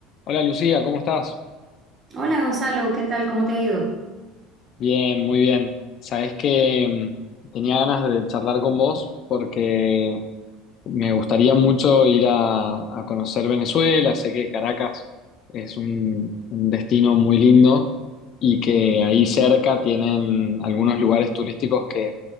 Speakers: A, on the left; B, on the right.
A: Hola Lucía, ¿cómo estás?
B: Hola Gonzalo, ¿qué tal? ¿Cómo te ha ido?
A: Bien, muy bien. Sabés que mm, tenía ganas de charlar con vos porque Me gustaría mucho ir a, a conocer Venezuela. Sé que Caracas es un, un destino muy lindo y que ahí cerca tienen algunos lugares turísticos que,